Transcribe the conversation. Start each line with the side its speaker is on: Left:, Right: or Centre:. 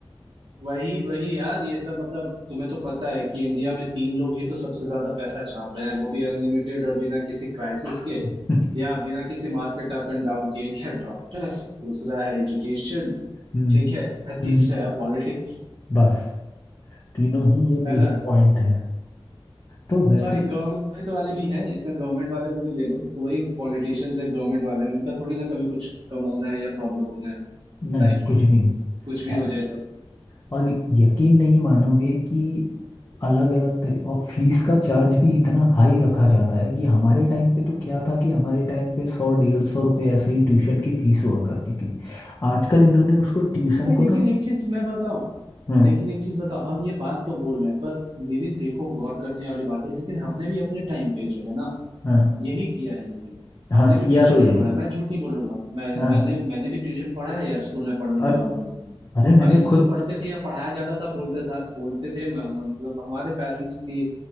Right: वही वही यार ये सब मतलब तुम्हें तो पता है कि इंडिया में तीन लोग ही तो सबसे ज्यादा पैसा छाप रहे हैं वो भी अनलिमिटेड और बिना किसी क्राइसिस
Left: <laughs>
Right: के या बिना किसी मार्केट अप एंड डाउन के एक है डॉक्टर दूसरा है एजुकेशन
Left: हम्म
Right: ठीक है और
Left: हम्म,
Right: तीसरा है पॉलिटिक्स
Left: बस तीनों ही ये मेजर
Right: है ना
Left: पॉइंट है तो वैसे
Right: सॉरी गवर्नमेंट वाले भी हैं इसमें गवर्नमेंट वाले को भी ले लो तो वही पॉलिटिशियंस है गवर्नमेंट वाले उनका थोड़ी ना कभी कुछ कम होना है या प्रॉब्लम होना है
Left: नहीं
Right: लाइफ
Left: कुछ
Right: में
Left: भी नहीं
Right: कुछ भी हो जाए तो
Left: और यकीन नहीं मानोगे कि अलग अलग तरह और फीस का चार्ज भी इतना हाई रखा जाता है कि हमारे टाइम पे तो क्या था कि हमारे टाइम पे सौ डेढ़ सौ रुपये ऐसे ही ट्यूशन की फीस हुआ करती थी आजकल इन्होंने उसको ट्यूशन
Right: नहीं लेकिन
Left: को ना
Right: एक चीज मैं बताऊं
Left: हाँ
Right: लेकिन एक चीज बताओ हम ये बात तो बोल रहे हैं पर ये भी देखो गौर करने वाली बात है लेकिन हमने भी अपने टाइम पे जो है ना
Left: हाँ
Right: यही किया है लेकिन
Left: हाँ
Right: हमने भी
Left: किया
Right: ट्यूशन
Left: तो यही
Right: में पढ़ा
Left: है।
Right: है मैं झूठ नहीं बोलूंगा मैं
Left: हाँ
Right: मैंने मैंने भी ट्यूशन पढ़ा है यार स्कूल में पढ़ने
Left: और
Right: के बावजूद भी।
Left: अरे मैंने
Right: और इसलिए
Left: खुद
Right: पढ़ते थे या पढ़ाया जाता था बोलते था बोलते थे मैं- मतलब हमारे पेरेंट्स की